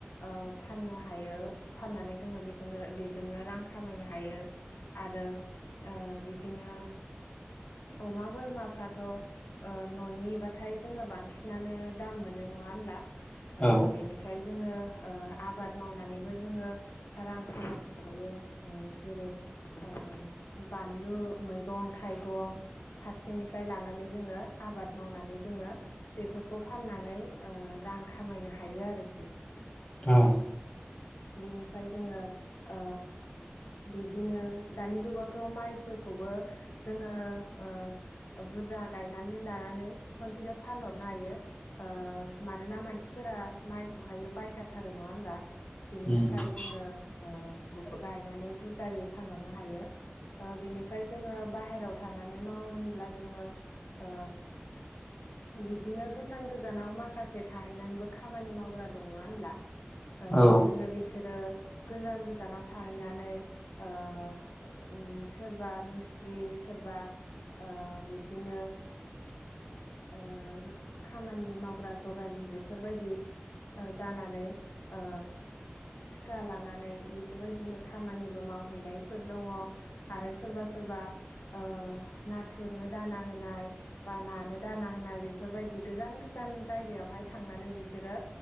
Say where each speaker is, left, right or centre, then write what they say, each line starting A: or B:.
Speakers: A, on the left; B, on the left.
A: ओ फाननो हायो। फाननानै जोङो बेखौनो बेजोंनो रां खामायनो हायो। आरो ओ बिब्दिनो अमा बोरमाफ्राथ ओ ननि बाथाय जोङो बांसिनानो दाम मोनो। नङा होनब्ला ओ
B: औ
A: बेनिफ्राय जोङो ओ आबाद मावनानैबो जोङो रां खामायनो हायो। ओ जेरै ओ बानलु मैगं थाइगं फारसेनिफ्राय लानानै जोङो आबाद मावनानै जोङो बेफोरखौ फाननानै ओ रां खामायनो हायो आरोखि।
B: औ
A: बेनिफ्राय जोङो ओ बिब्दिनो दानि जुगावथ माइफोरखौबो जोङो ओ बुरजा गायनानै लानानै खनसेनो फानहरनो हायो ओ मानोना मानसिफोरा माइखौहायो बायखाथारो नङा होमब्ला बिनि
B: उम
A: थाखाय जोङो
B: <inaudible>
A: ओ गायनानै बुरजायै फानहरनो हायो। ओ बिनिफ्राय जोङो बाहेरायाव थानानै मावो होनब्ला जोङो ओ बिब्दिनो गोजान गोजानाव माखासे थाहैनानैबो खामानि मावग्रा दं नङा होनब्ला। ओ
B: औ
A: बिब्दिनो बिसोरो गोजान गोजानाव थाहैनानै ओ ओं सोरबा मिस्थ्रि सोर बा ओ बिदिनो ओ खामानि मावग्रा जगालि बेफोरबायदि ओ जानानै ओ थिखा लानानै बेफोरबायदिनो खामानिबो मावहैनायफोर दङ आरो सोरबा सोरबा ओ नाथुरनो दाना होनाय बा नानो दाना होनाय बे बेफोरबायदि गोजान गोजान जायगायावहाय थांनानै बिसोरो